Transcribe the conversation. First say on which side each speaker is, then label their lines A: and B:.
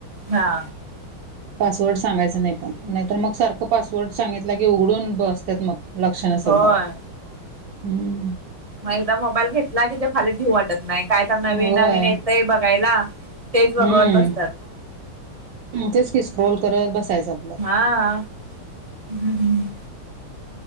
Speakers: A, on the right; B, on the right.
A: हा.
B: पासवर्ड सांगायच नाही पण नाहीतर मग सारखं पासवर्ड सांगितलं की उघडून बसतात मग. लक्षण असल
A: होय.
B: नावा हम्.
A: मग एकदा मोबाईल घेतला की ते खा ठीऊ वाटत. नाही काय तर नवीन
B: होय
A: नवीन येतंय बघायला तेच बघवत
B: हम्म
A: बसतात.
B: तेच की स्क्रोल करत बसायचं आपला.
A: हा हम् हम्म.